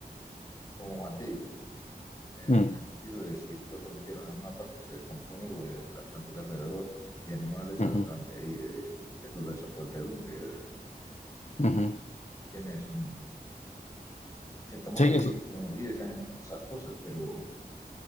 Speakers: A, on the left; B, on the left.
A: como materia. en
B: Mm,
A: el sentido de si tu cuerpo lo entierran en una parte, se descompone, pues las plantas de alrededor y animales saldrán
B: ujú,
A: de ahí, de, de toda esa podredumbre que deja.
B: ujú.
A: Tienes, mm, en cierto modo,
B: Sí,
A: vives,
B: eso,
A: eh, vives en, en esas cosas, pero